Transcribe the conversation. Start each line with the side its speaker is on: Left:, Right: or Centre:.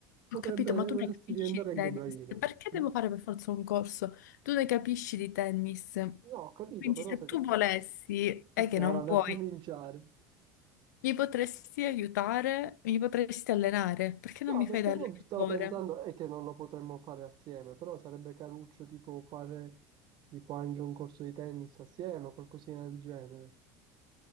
Right: potrebbe,
Left: Ho capito, ma tu
Right: potresti
Left: ne capisci
Right: diventare
Left: di
Right: anche
Left: tennis?
Right: bravino.
Left: Perché devo
Right: Mm?
Left: fare per forza un corso? Tu ne capisci di tennis?
Right: No, ho capito,
Left: Quindi
Right: però
Left: se
Right: se...
Left: tu volessi e che
Right: Ora,
Left: non
Right: non
Left: vuoi,
Right: cominciare.
Left: mi potresti aiutare, mi potresti allenare, perché
Right: No,
Left: non mi
Right: perché
Left: fai da allenatore?
Right: poi stavo pensando è che non lo potremmo fare assieme, però sarebbe caruccio tipo fare tipo anche un corso di tennis assieme o qualcosina del genere.